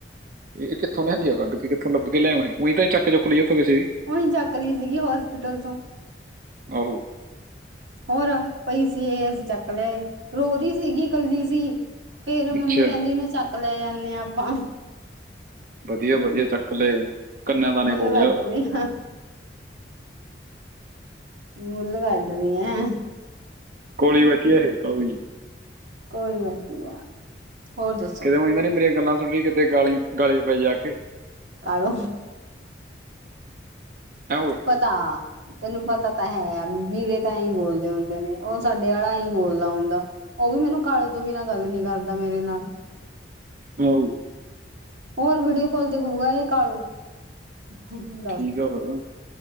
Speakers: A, on the right; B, on the right.
A: ਏ ਕਿੱਥੋਂ ਲੇਆਦੀ ਆ, ਕੱਢ ਕੇ ਕਿੱਥੋਂ ਲੱਗ ਲੇਆ ਏ ਹੋਏ, ਉਈ ਤਾਂ ਈ ਚੱਕ-ਚੁੱਕ ਲਈ ਉੱਥੋਂ ਕਿਸੇ ਦੀ।
B: ਉਈ ਚੱਕ ਲਈ ਸੀਗੀ ਹੋਸਪਿਟਲ ਚੋ।
A: ਆਹੋ।
B: ਹੋਰ ਪਈ ਸੀ, ਏ ਅਸ ਚੱਕ ਲੇਆਏ, ਰੋ ਰੀ ਸੀਗੀ, ਕੱਲੀ ਸੀ। ਫੇਰ ਮੰਮੀ
A: ਅੱਛਾ
B: ਕੈੰਦੀ, ਏਨੂੰ ਚੱਕ ਲੈ, ਯਾਨੇ ਅਪਾ।
A: ਵਧੀਆ-ਵਧੀਆ, ਚੱਕ ਲੇ, ਕੰਨੇਆ ਦਾਣ
B: ਬੁੱਲ
A: ਈ ਹੋ ਗੇਆ।
B: <unintelligible> ਮੁਲਵਾਡਰੀ ਐ।
A: ਕੋਲ ਈ ਬੈਠੀ ਏਹੇ, ਕਾਫੀ।
B: ਕੋਈ ਮਤੀ ਆ ਹੋਰ ਦੱਸੋ।
A: ਕਿਤੇ ਉਹੀ ਤਾਂ ਨੀ ਮੇਰੀਆਂ ਗੱਲਾਂ ਸੁਣ ਰਈ ਕਿ। ਤੇ ਗਾਲ ਹੀ ਗਲੇ ਪੈ ਜਾ ਕੇ।
B: ਕਾਲੋ,
A: ਐ ਓਏ
B: ਪਤਾ। ਤੇਨੂੰ ਪਤਾ ਤਾਂ ਹੈ, ਆ ਵੀਰੇ ਤਾਂ ੲੈਈ ਬੋਲਦੇ ਹੁੰਦੇ ਨੇ, ਓ ਸਾਡੇ ਆਲਾ ੲੈਈ ਬੋਲਦਾ ਹੁੰਦਾ। ਓ ਵੀ ਮੈਨੂੰ ਕਾਲ ਤੋਂ ਬਿਨਾਂ ਗੱਲ ਨੀ ਕਰਦਾ ਮੇਰੇ ਨਾਲ।
A: ਆਹੋ।
B: ਹੋਰ ਵੀਡੀਓ ਕੋਲ ਤੇ ਕੁਗਾ ਏ ਕਾਲੋ। <inaudible>
A: ਠੀਕ ਆ, ਫੇਰ